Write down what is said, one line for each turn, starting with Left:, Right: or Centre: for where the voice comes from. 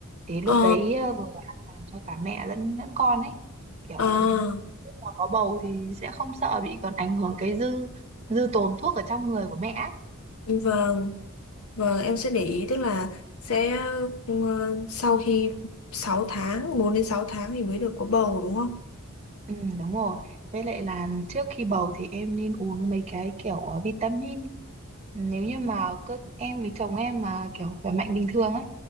Right: thì lúc
Left: Ờ
Right: đấy ờ, vừa an toàn cho cả mẹ lẫn lẫn con ấy kiểu
Left: à
Right: lúc mà có bầu thì sẽ không sợ bị còn ảnh hưởng cái dư dư tồn thuốc ở trong người của mẹ ấy.
Left: vâng, vâng em sẽ để ý tức là sẽ ờ, sau khi 6 tháng, 4 đến 6 tháng thì mới được có bầu đúng không?
Right: Ừ, đúng rồi. Với lại là trước khi bầu thì em nên uống mấy cái kiểu ờ, vitamin. Nếu như mà cơ em với chồng em mà kiểu khỏe mạnh bình thường ấy